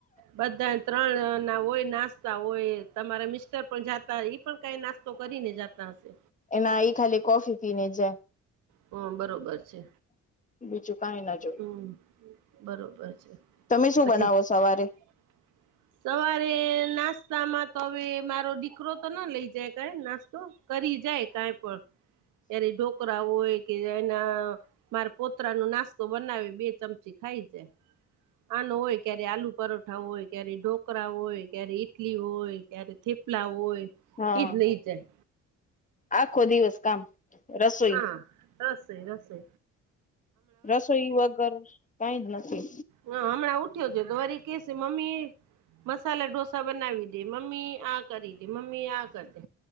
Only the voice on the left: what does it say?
એના એ ખાલી કોફી પીને જાય
બીજું કઈ ના જોય
તમે શું
બનાવો સવારે
હા
આખો દિવસ કામ રસોઈ
રસોઈ વગર કાઈ જ નથી.